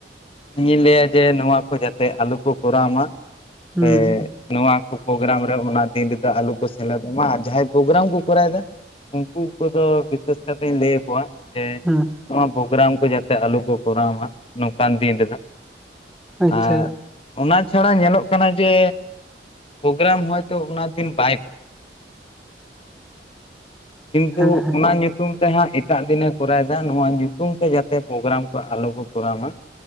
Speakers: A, on the left; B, in the centre.
A: ᱤᱧᱤᱧ ᱞᱟᱹᱭᱟ ᱡᱮ ᱱᱚᱣᱟ ᱠᱚ ᱡᱟᱛᱮ ᱟᱞᱩ ᱠᱩ ᱠᱚᱨᱟᱣ ᱢᱟ,
B: ᱦᱩᱸ
A: ᱮᱻ
B: ᱦᱩᱸ
A: ᱱᱚᱣᱟ ᱠᱚ ᱯᱨᱳᱜᱨᱟᱢ ᱨᱮ ᱚᱱᱟ ᱫᱤᱱ ᱨᱤᱫᱚ ᱟᱞᱩ ᱠᱩ ᱥᱮᱞᱮᱫᱚᱜ ᱢᱟ, ᱟᱨ ᱡᱟᱦᱟᱸᱭ ᱯᱨᱳᱜᱨᱟᱢ ᱠᱚ <unintelligible> ᱠᱚᱨᱟᱣᱫᱟ ᱩᱱᱠᱩ ᱠᱚᱫᱚ ᱵᱤᱥᱮᱥ ᱠᱟᱛᱮᱧ ᱞᱟᱹᱭ ᱟᱠᱚᱣᱟ, ᱡᱮ
B: ᱦᱮᱸ
A: ᱱᱚᱣᱟ ᱯᱨᱳᱜᱨᱟᱢ ᱠᱚ ᱡᱟᱛᱮ ᱟᱞᱩ ᱠᱩ ᱠᱚᱨᱟᱣ ᱢᱟ ᱱᱚᱝᱠᱟᱱ ᱫᱤᱱ ᱨᱮᱫᱚ,
B: ᱟᱪᱪᱷᱟ
A: ᱟᱨ ᱚᱱᱟ ᱪᱷᱟᱲᱟ ᱧᱮᱞᱚᱜ ᱠᱟᱱᱟ, ᱡᱮ ᱯᱨᱳᱜᱨᱟᱢ ᱦᱳᱭᱛᱚ ᱚᱱᱟ ᱫᱤᱱ ᱵᱟᱭ ᱛᱩ
B: ᱦᱮᱸ ᱦᱮᱸ
A: ᱚᱱᱟ ᱧᱩ ᱛᱩᱢ ᱛᱮ ᱦᱟᱸᱜ ᱮᱴᱟᱜ ᱫᱤᱱᱮ ᱠᱚᱨᱟᱣ ᱫᱟ, ᱱᱚᱣᱟ ᱧᱩᱛᱩᱢ ᱛᱮ ᱡᱟᱛᱮ ᱯᱨᱳᱜᱨᱟᱢ ᱠᱚ ᱟᱞᱚ ᱠᱚ ᱠᱚᱨᱟᱣ ᱢᱟ